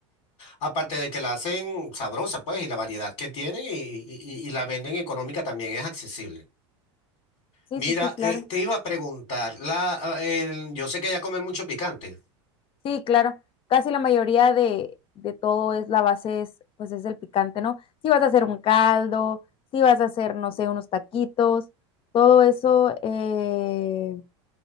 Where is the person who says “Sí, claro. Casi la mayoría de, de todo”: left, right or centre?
Left